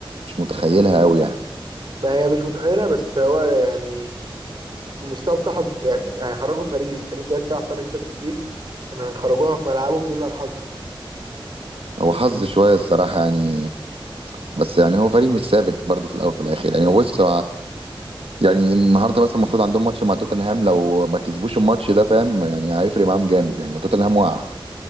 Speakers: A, on the right (about 85°); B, on the right (about 55°).
A: مش متخيلها
B: انا عارف.
A: قوي يعني
B: ما هي مش متخيلها بس هو يعني المستوى بتاعهم يعني هيخرجوا باريس باريس دلوقتي بتلعب فاينل تشامبيونز ليج كانوا هيخرجوها في ملعبهم لولا الحظ فاهم
A: هو حظ شوية الصراحة يعني بس يعني هو فريق مش ثابت برضه في الأول وفي الآخر يعني هو بص يعني النهارده مثلا المفروض عندهم ماتش مع توتنهام لو ما كسبوش الماتش ده فاهم يعني هيفرق معاهم جامد يعني وتوتنهام وقع